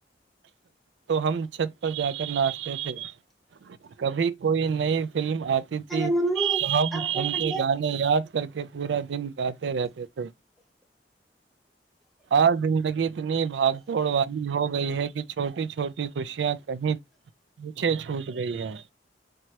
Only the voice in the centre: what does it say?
ارے ممی
اب کیا
کر